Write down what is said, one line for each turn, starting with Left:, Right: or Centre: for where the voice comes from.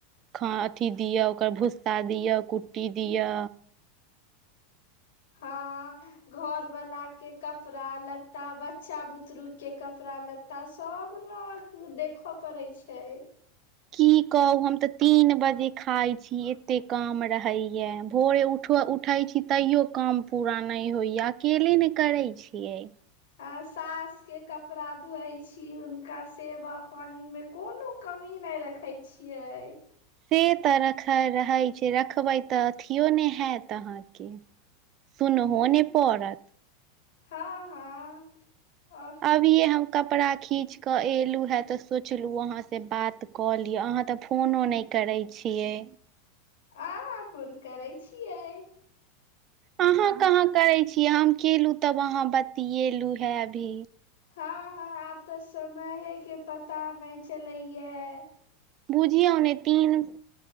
Right: ख अथि दिओ ओकर भुस्सा दिओ कुट्टी दिओ।
Left: ह घर वाला के कपड़ा लत्ता बच्चा बुतरु। के कपड़ा लत्ता सब ने देखऽ पड़े छैय।
Right: की कहू हम तऽ तीन बजे खाय छी, एते काम रहैय यैं भोरे उठव उठ उठै छी तैयो काम पूरा नहि होइए, अकेले नहि करै छियै।
Left: हं सास के कपड़ा धुओछी हुनका सेवा पानी मे कोनो कमी नहि रखै छियै।
Right: से त रखै रहै छै, रखबै त अथियो नही हैत अहांके। सुनहो नहि पड़त।
Left: हँ-हँ औ
Right: अभिये हम कपड़ा खींच क एलू हैं, तऽ सोचलु अहाँ से बात कऽ लि अहां त फोनो नहि करै छियै।
Left: आहां कोन करै छियै।
Right: अहाँ कहाँ करै छी, हम केलु तब अहाँ बतयेलू हैं अभी।
Left: हँ- हँ आब तऽ समयहे के पता नहि चलै यैं।
Right: बूझियौ ने तीन